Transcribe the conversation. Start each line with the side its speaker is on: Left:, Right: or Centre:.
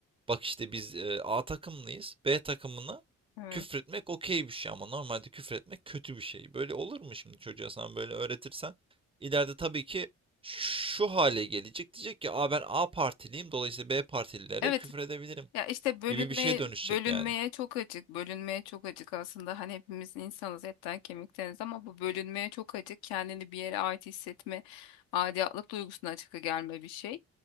Right: Bak işte biz eee, A takımlıyız. B takımına
Left: evet.
Right: küfretmek okey bir şey ama normalde küfretmek kötü bir şey. Böyle olur mu şimdi çocuğa sen böyle öğretirsen? ileride tabii ki şu hale gelecek. Diyecek ki Aa, ben A partiliyim dolayısıyla B partililere
Left: Evet.
Right: küfür edebilirim
Left: Ya işte bölünmeye
Right: gibi bir şeye dönüşecek
Left: bölünmeye
Right: yani.
Left: çok açık. Bölünmeye çok açık aslında. Hani hepimiz insanız etten kemikteniz ama bu bölünmeye çok açık. Kendini bir yere ait hissetme, aidiyetlik duygusuna açık gelme bir şey.